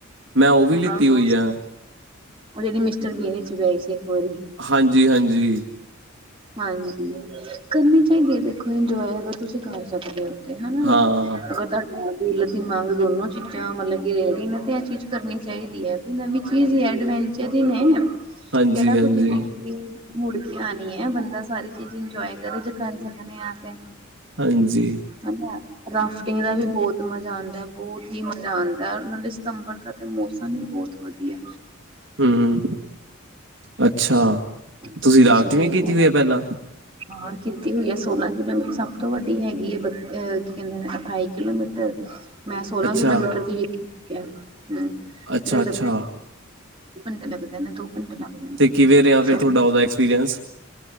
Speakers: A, on the right; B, on the right.
A: ਮੈਂ ਉਹ ਵੀ ਲਿੱਤੀ
B: ਆਹੋ
A: ਹੋਈ ੲੈ।
B: ਉਹ ਜਹੜੀ ਮਿਸਟਰ ਬੀਮ ਚ ਵੀ ਆਈ ਸੀ ਇੱਕ ਵਰੀ।
A: ਹਾਂਜੀ ਹਾਂਜੀ
B: ਹਾਂਜੀ ਕਰਨੀ ਚਾਹੀਦੀ ਏ ਦੇਖੋ ਇੰਜੋਏ ਅਗਰ ਤੁਸੀਂ ਕਰ ਸਕਦੇ ਹੋ। ਤੇ ਹਨਾ
A: ਹਾਂ
B: ਵੀ ਅਗਰ ਤੁਹਾ ਦਿਲ ਅਸੀ ਮੰਗਦੇ ਹੋ ਨਾ ਚੀਜ਼ਾਂ ਮਤਲਬ ਕਿ ਰੇੜੀ ਨੇ ਤੇ ਇਹ ਚੀਜ਼ ਕਰਨੀ ਚਾਹੀਦੀ ਏ। ਨਵੀਂ ਚੀਜ਼ ਈ ਏ, ਐਡਵੈਂਚਰ ਈ ਨੇ
A: ਹਾਂਜੀ
B: ਕਿਹੜਾ
A: ਹਾਂਜੀ
B: ਕੁਛ ਜ਼ਿੰਦਗੀ ਮੁੜ ਕੇ ਆਉਣੀ ਏ, ਬੰਦਾ ਸਾਰੀ ਚੀਜ਼ ਇੰਜੋਏ ਕਰੇ ਜੇ ਕਰ ਸਕਨੇ ਆਂ ਤੇ।
A: ਹਾਂਜੀ
B: ਹਨਾ ਰਾਫਟਿੰਗ ਦਾ ਵੀ ਬਹੁਤ ਮਜ਼ਾ ਆਉਂਦਾ ਏ, ਬਹੁਤ ਹੀ ਮਜ਼ਾ ਆਉਂਦਾ ਏ, ਉਹ ਨਾਲੇ ਸਤੰਬਰ ਤਕ ਤੇ ਮੌਸਮ ਵੀ ਬਹੁਤ ਵਧੀਆ ਏ।
A: ਹੂੰ ਅੱਛਾ ਤੁਸੀਂ
B: ਰਿਸ਼ੀਕੇਸ਼
A: ਰਾਫਟਿੰਗ ਵੀ ਕੀਤੀ
B: ਦੀ
A: ਹੋਈ ਏ ਪਹਿਲਾ
B: ਹਾਂ ਕੀਤੀ ਹੋਈ ਏ, ਸੋਲਾਂ ਕਿਲੋਮੀਟਰ ਸਭ ਤੋਂ ਵੱਡੀ ਹੈਗੀ ਏ ਬ ਅਹ ਕੀ ਕਹਿੰਦੇ ਨੇ ਅਠਾਈ ਕਿਲੋਮੀ ਟਰ ਮੈਂ ਸੋਲਾਂ
A: ਅੱਛਾ,
B: ਕਿਲੋਮੀਟਰ ਦੀ ਕੀਤੀ ਏ ਹੂੰ
A: ਅੱਛਾ-ਅੱਛਾ
B: ਡੇੜ ਘੰਟਾ ਲੱਗਦਾ ਨੇ ਦੋ ਘੰਟਾ ਲੱਗ ਜਾਂਦੇ
A: ਤੇ
B: ਨੇ
A: ਕਿਵੇਂ ਰਿਹਾ ਫਿਰ
B: ਸੋ
A: ਤੁਹਾਡਾ ਉਹਦਾ ਐਕਸਪੀਰੀਅੰਸ।